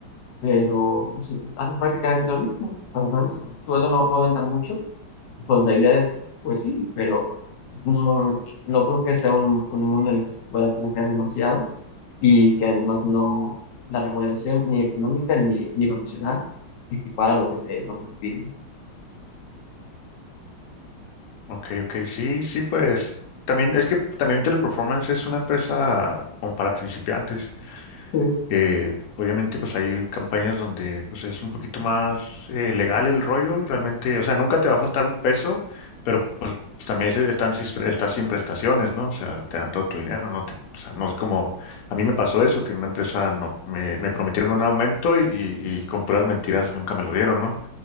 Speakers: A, on the left; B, on the left.
A: pero pues, haces prácticamente lo mismo, ¿verdad? El sueldo no, no aumenta mucho, responsabilidades, pues sí, pero no, no creo que sea un, un mundo en el que se pueda crecer demasiado y que además no, la remuneración ni económica ni, ni profesional equipara lo que te, lo que te piden.
B: Ok, ok, sí, sí, pues también es que también Teleperformance es una empresa como para principiantes.
A: Sí,
B: Eh, obviamente, pues hay campañas donde pues es un poquito más eh, legal el rollo, realmente, o sea, nunca te va a faltar un peso, pero pues también se- están sin, estás sin prestaciones, ¿no? O sea, te dan todo tu dinero, no te, o sea, no es como, a mí me pasó eso, que en una empresa no, me, me prometieron un aumento y, y, y con puras mentiras nunca me lo dieron, ¿no?